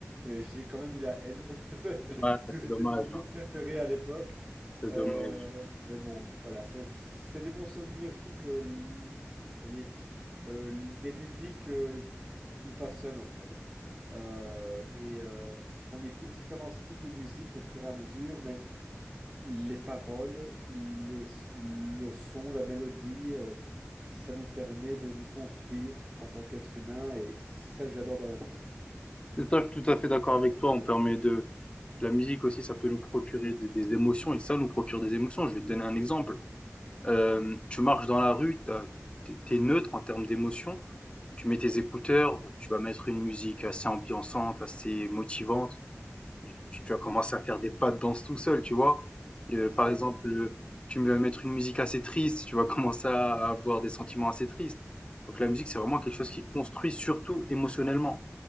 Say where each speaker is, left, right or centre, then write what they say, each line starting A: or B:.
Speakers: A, on the right; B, on the left.
A: euh, j'ai quand même eu la haine <laughs> parce
B: Ouais,
A: que
B: c'est
A: c'était
B: dommage,
A: mon groupe
B: hein.
A: préféré à l'époque.
B: c'est
A: Euh,
B: dommage.
A: mais bon, voilà, c'est c'est des bons souvenirs. Je trouve que l- les, euh, les musiques euh, nous façonnent en fait. Euh, et euh, on écoute différents styles de musique au fur et à mesure, mais les paroles, les, le son, la mélodie, euh, ça nous permet de nous construire en tant qu'être humain et c'est ça que j'adore dans la musique.
B: Et toi, je suis tout à fait d'accord avec toi. On permet de la musique aussi, ça peut nous procurer des, des émotions et ça nous procure des émotions. Je vais te donner un exemple. Euh, tu marches dans la rue, t'as- t'es t'es neutre en termes d'émotions. Tu mets tes écouteurs, tu vas mettre une musique assez ambiançante, assez motivante. Tu
A: Mhm.
B: tu vas commencer à faire des pas de danse tout seul, tu vois? Euh,
A: C'est
B: par
A: ça,
B: exemple,
A: ouais.
B: euh, tu vas mettre une musique assez triste, tu vas <laughs> commencer à avoir des sentiments assez tristes. Donc la musique, c'est vraiment quelque chose
A: Ouais.
B: qui construit surtout émotionnellement.